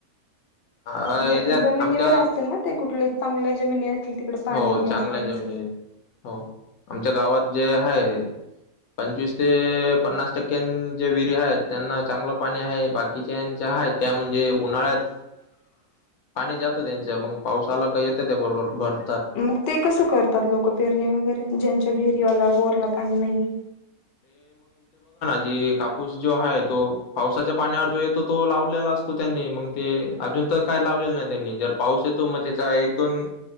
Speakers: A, on the left (about 75°); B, on the left (about 55°).
A: आ-
B: म्हणजे
A: याच्या
B: जमिनीवर
A: आमच्या
B: असेल ना, ते कुठले चांगल्या जमिनी असतील तिकडे पाणी
A: हो,
B: हे
A: चांगल्या
B: असेल.
A: जमीनी. हो, आमच्या गावात जे हाय. पंचवीस ते पन्नास टक्क्यां, जे विहिरी आहेत, त्यांना चांगलं पाणी आहे. बाकीच्यां च्या आहेत त्या, म्हणजे उन्हाळ्यात.
B: <inaudible>
A: पाणी जातं त्यांच, मग पाऊस आला तर येतं, त्या बरोबर भर
B: मग ते कसं करतात लोकं पेरणे वगैरे, ज्यांच्या विहिरीवाला बोरला पाणी नाहीे.
A: जे कापूस जो आहे, तो पावसाच्या पाण्यावर जो येतो, तो लावलेला असतो त्यांनी, मग ते अजून तिथं काय लावलेलं नाही त्यांनी. जर पाऊस येतो, मग त्याचा एक दोन